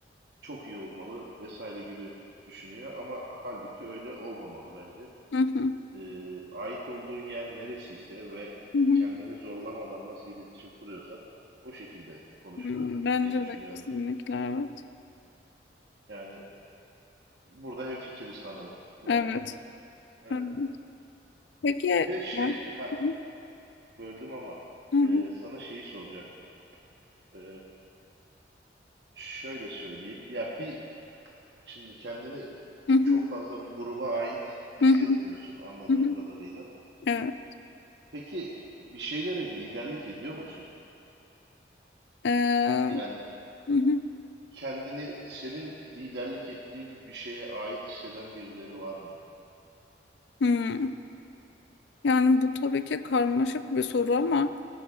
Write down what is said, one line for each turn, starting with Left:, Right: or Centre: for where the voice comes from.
Right: Çok iyi olmalı vesaire gibi düşünüyor ama halbuki öyle olmamalı bence.
Left: hı hı,
Right: Ee, ait olduğun yer neresiyse ve
Left: hı hı.
Right: kendini zorlamadan nasıl iletişim kuruyorsan o şekilde konuşmalısın
Left: Hmm, Bence
Right: diye düşünüyorum.
Left: de kesinlikle evet.
Right: Yani burada hemfikiriz sanırım. <laughs>
Left: Evet.
Right: Evet.
Left: Evet. Peki
Right: Bir de şey,
Left: ya.
Right: ha
Left: Hı
Right: böldüm ama
Left: hı,
Right: e, sana şeyi soracaktım. E, şöyle söyleyeyim. Ya bir şimdi kendini
Left: hı hı,
Right: çok fazla bir gruba ait hissetmiyorsun
Left: hı hı,
Right: anladığım
Left: hı hı.
Right: kadarıyla.
Left: Evet.
Right: Peki bir şeylere liderlik ediyor musun?
Left: Ee,
Right: Yani
Left: hı hı,
Right: kendini senin liderlik ettiğin bir şeye ait hisseden birileri var mı?
Left: hı. Yani bu tabii ki karmaşık bir soru ama